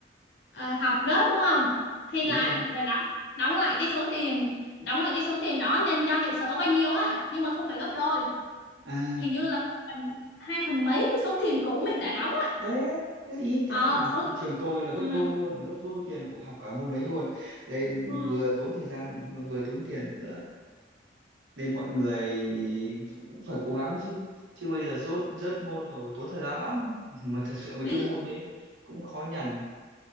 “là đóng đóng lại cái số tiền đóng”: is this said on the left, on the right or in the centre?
Left